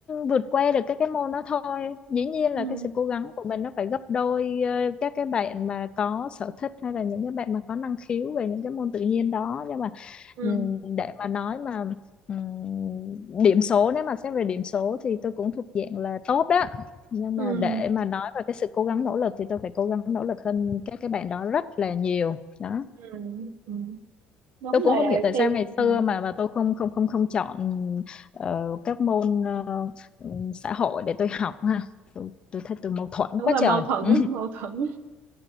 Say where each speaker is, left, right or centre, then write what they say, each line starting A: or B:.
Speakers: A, on the left (about 30°); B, on the right (about 65°).
A: vượt qua được các cái môn đó thôi dĩ nhiên là
B: ừ.
A: cái sự cố gắng của mình nó phải gấp đôi ờ, các cái bạn mà có sở thích hay là những cái bạn mà có năng khiếu về những cái môn tự nhiên đó nhưng mà
B: ừ
A: Ừm,
B: ừ
A: để mà nói mà ừm, điểm số nếu mà xét về điểm số thì tôi cũng thuộc dạng là tốt đó nhưng
B: ừ
A: mà để mà nói về cái sự cố gắng nỗ lực thì tôi phải cố gắng nỗ lực hơn các cái bạn đó rất là nhiều đó
B: ừ ừ. đúng
A: tôi cũng
B: là
A: không hiểu tại
B: khi
A: sao ngày
B: ừ.
A: xưa mà mà tôi không không không không chọn ờ, các môn ờ, ừm, xã hội để tôi học ha tôi thấy tôi mâu thuẫn
B: đúng
A: quá
B: là
A: trời
B: mâu thuẫn
A: <laughs>
B: á, mâu thuẫn á.